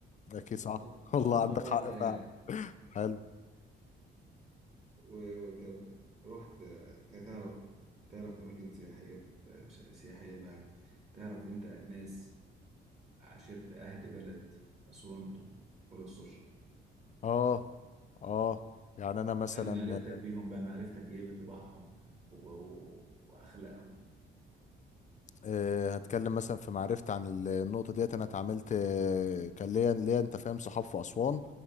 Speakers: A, on the left; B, on the right.
A: اكيد صح
B: او
A: <laughs> والله
B: او انت
A: عندك
B: فارغه
A: حق فعلا
B: يعني
A: حلو
B: و- وطب رحت تعرف تعرف أماكن سياحية في- مش سياحية بقى تعرف أنت ناس عشيرة أهل بلد أسوان والأقصر
A: اه اه يعني انا مثلا
B: هل معرفتك بيهم بقى معرفتك إيه بطباعهم و- و- وأخلاقهم
A: آه، هتكلم مثلا في معرفتي عن ال- النقطة ديت أنا اتعاملت آه، كان ليا ليا أنت فاهم صحاب في أسوان